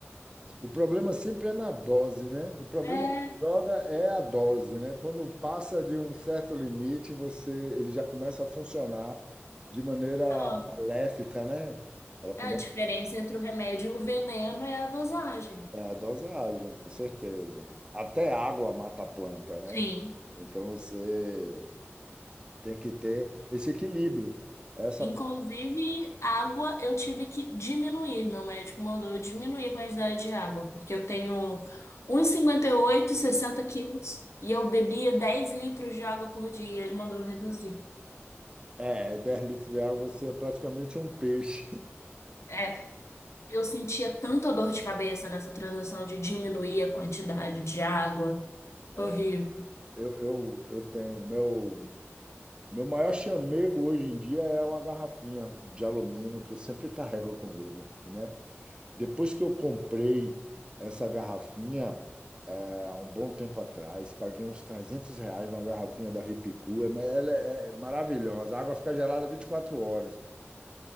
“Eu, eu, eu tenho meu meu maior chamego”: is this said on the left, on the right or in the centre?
Right